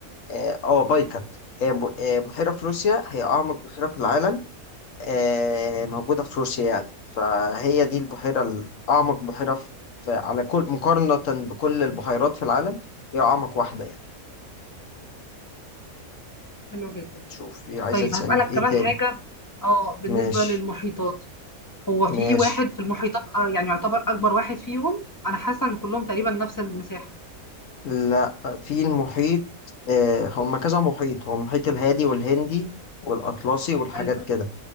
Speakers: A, on the left; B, on the left.
A: اه آه، بايكل آه، ب- آه، بحيرة في روسيا هي أعمق بحيرة في العالم آه، موجودة في روسيا يعني فهي دي البحيرة الأعمق بحيرة في في- على كل مقارنة بكل البحيرات في العالم هي أعمق واحدة يعني
B: حلو جدا
A: شوفي عايزة
B: طيب
A: تسألي
B: هسالك
A: في إيه
B: كمان
A: تاني
B: حاجه اه بالنسبه
A: ماشي
B: للمحيطات هو في
A: ماشي
B: واحد في المحيطات آه يعني يعتبر اكبر واحد فيهم انا حاسه ان كلهم تقريبا نفس المساحه
A: لا في المحيط آه، هم كذا محيط هو المحيط الهادي والهندي والأطلسي والحاجات
B: ايوه
A: كده